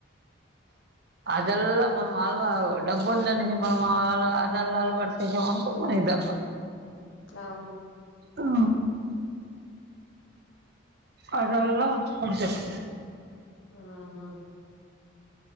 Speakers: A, on the right (about 55°); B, on the left (about 75°).
A: అదలా మనం అలవా డబ్బు ఉందనేసి మనం అ అదలా అలవాడిసేసి అనుకో మనకి దేబ్బా
B: అవును
A: ఆ అదలా కొడుసక్తాద్
B: మ్ హు